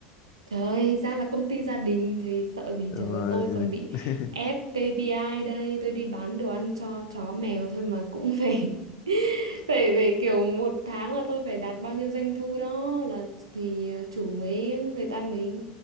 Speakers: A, on the right; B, on the left.
A: Trời ơi, ra là công ty gia đình thì sợ gì
B: Ừ, rồi-
A: trời ơi, tôi còn bị
B: <laughs>
A: ép KPI đây, tôi đi bán đồ ăn cho chó mèo thôi mà cũng phải <laughs> phải phải kiểu một tháng là tôi phải đạt bao nhiêu doanh thu đó là thì ờ, chủ mới người ta mới